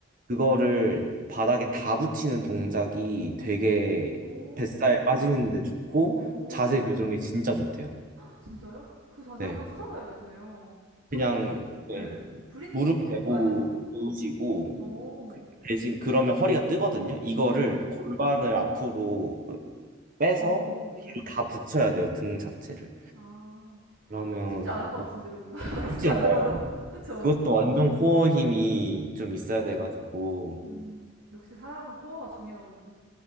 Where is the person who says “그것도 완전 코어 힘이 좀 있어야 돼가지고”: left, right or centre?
Right